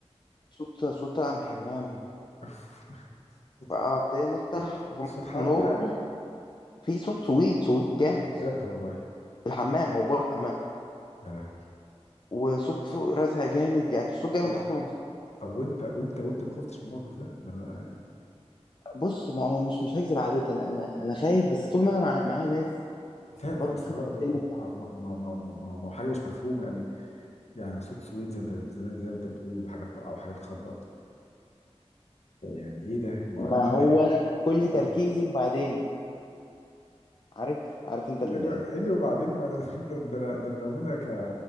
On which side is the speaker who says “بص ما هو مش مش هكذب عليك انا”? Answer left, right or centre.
Left